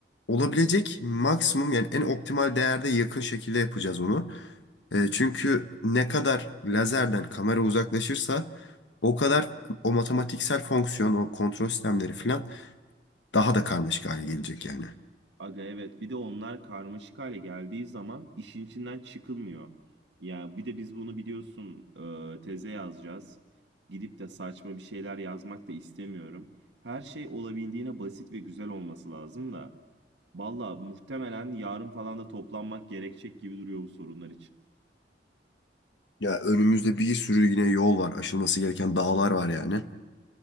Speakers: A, on the left (about 85°); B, on the right (about 80°).
A: Olabilecek maksimum yani en optimal değerde yakın şekilde yapacağız onu. E, çünkü ne kadar lazerden kamera uzaklaşırsa o kadar o matematiksel fonksiyon, o kontrol sistemleri falan daha da karmaşık hale gelecek yani.
B: Aga evet bir de onlar karmaşık hale geldiği zaman işin içinden çıkılmıyor. Ya bir de biz bunu biliyorsun e, teze yazacağız. Gidip de saçma bir şeyler yazmak da istemiyorum. Her şey olabildiğine basit ve güzel olması lazım da. Valla muhtemelen yarın falan da toplanmak gerekecek gibi duruyor bu sorunlar için.
A: Ya önümüzde bir sürü yine yol var, aşılması gereken dağlar var yani.